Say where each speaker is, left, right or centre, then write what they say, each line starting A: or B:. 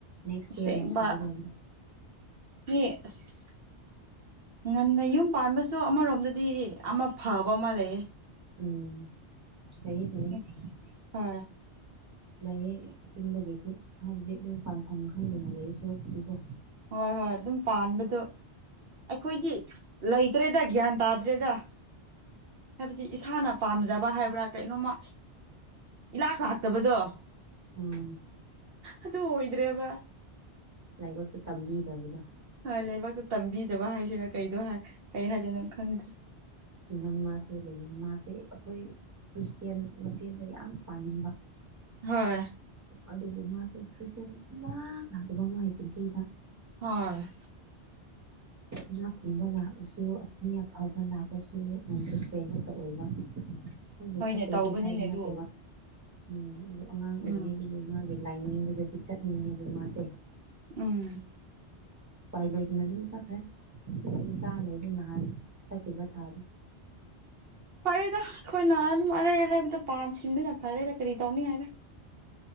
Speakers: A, on the right; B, on the right.
A: ꯅꯦꯛꯁ
B: ꯑꯁꯦꯡꯕ
A: ꯌꯔꯅ ꯁꯨꯒꯗꯝꯅꯦ
B: ꯃꯤ ꯑꯁ ꯉꯟꯅ ꯌꯨꯝ ꯄꯥꯟꯕꯁꯨ ꯑꯃꯔꯣꯝꯗꯗꯤ ꯑꯃ ꯐꯕ ꯑꯃ ꯂꯩꯌꯦ
A: ꯎꯝ ꯂꯩꯌꯦ ꯂꯩꯌꯦ
B: ꯑꯁ ꯍ
A: ꯂꯩꯌꯦ ꯑꯁꯦꯡꯕꯒꯤꯁꯨ ꯍꯥꯏꯕꯗꯤ ꯑꯗꯨꯝ ꯌꯨꯝ ꯄꯥꯟꯐꯝ ꯈꯪꯗꯅ ꯂꯩꯌꯦ ꯁꯔꯨꯛꯄꯨꯗꯤꯀꯣ
B: ꯍꯣꯏ ꯍꯣꯏ ꯑꯗꯨꯝ ꯄꯥꯟꯕꯗꯣ ꯑꯈꯣꯏꯗꯤ ꯂꯩꯇ꯭ꯔꯦꯗ ꯒ꯭ꯌꯥꯟ ꯇꯥꯗ꯭ꯔꯦꯗ ꯍꯥꯏꯕꯗꯤ ꯏꯁꯥꯅ ꯄꯥꯝꯖꯕ ꯍꯥꯏꯕ꯭ꯔꯥ ꯀꯩꯅꯣꯃ ꯏꯂꯥꯛ ꯂꯥꯛꯇꯕꯗꯣ ꯑꯍ
A: ꯎꯝ
B: ꯑꯗꯨ ꯑꯣꯏꯗ꯭ꯔꯦꯕ
A: ꯂꯥꯏꯕꯛꯇ ꯇꯝꯕꯤꯗꯕꯗꯣ
B: ꯍꯣꯏ ꯂꯥꯏꯕꯛꯇ ꯇꯝꯕꯤꯗꯕ ꯍꯥꯏꯁꯤꯔꯥ ꯀꯩꯗꯣ ꯍꯥꯏ ꯀꯩ ꯍꯥꯏꯗꯣꯏꯅꯣ ꯈꯪꯗ꯭ꯔꯦ
A: ꯏꯅꯝꯃꯥꯁꯨ ꯂꯩꯌꯦ ꯃꯥꯁꯦ ꯑꯩꯈꯣꯏ ꯈ꯭ꯔꯤꯁꯇꯦꯟ ꯃꯁꯦꯟꯗ ꯌꯥꯝ ꯄꯥꯟꯅꯤꯡꯕ
B: ꯍꯣꯏ
A: ꯑꯗꯨꯕꯨ ꯃꯥꯁꯦ ꯈ꯭ꯔꯤꯁꯇꯦꯟ ꯁꯨꯝꯂꯥꯛ ꯂꯥꯛꯇꯕ ꯃꯥꯒꯤ ꯄꯨꯟꯁꯤꯗ
B: ꯍꯣꯏ
A: ꯏꯅꯥ ꯈꯨꯟꯕ ꯂꯥꯛꯂꯁꯨ ꯃꯤ ꯑꯐꯕ ꯂꯥꯛꯂꯁꯨ ꯅꯟ ꯈ꯭ꯔꯤꯁꯇꯦꯟ ꯈꯛꯇ ꯑꯣꯏꯕ
B: <inaudible>
A: ꯅꯣꯏꯕꯨ ꯐꯠꯇꯦꯗꯤ
B: ꯇꯧꯕꯅꯤꯅꯦ
A: ꯍꯥꯏꯕ
B: ꯑꯗꯨ
A: ꯅꯠꯇꯕ ꯎꯝ ꯑꯗꯣ ꯑꯉꯥꯡ
B: ꯎꯝ
A: ꯑꯣꯏꯔꯤꯉꯩꯗꯒꯤ ꯃꯥꯒꯤ ꯂꯥꯏꯅꯤꯡꯗꯨꯗꯗꯤ ꯆꯠꯅꯤꯡꯉꯦꯕ ꯃꯥꯁꯦ
B: ꯎꯝ
A: ꯎꯄꯥꯏ ꯂꯩꯇꯅ ꯑꯗꯨꯝ ꯆꯠꯈ꯭ꯔꯦ ꯃꯆꯥ ꯂꯩꯔꯦ ꯅꯍꯥꯟ ꯆꯠꯈꯤꯕ ꯊꯥꯗꯣ
B: ꯐꯔꯦꯗ ꯑꯈꯣꯏꯅ ꯑꯗꯨꯝ ꯑꯔꯩ ꯑꯔꯩꯕꯗ ꯄꯥꯟ ꯁꯤꯟꯕꯅ ꯐꯔꯦꯗ ꯀꯔꯤ ꯇꯧꯅꯤꯡꯉꯥꯏꯔ